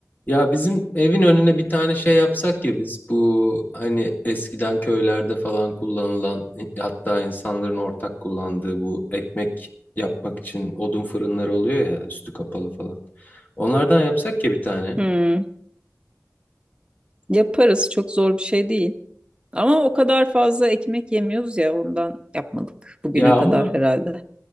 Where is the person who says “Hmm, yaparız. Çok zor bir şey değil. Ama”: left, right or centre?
Right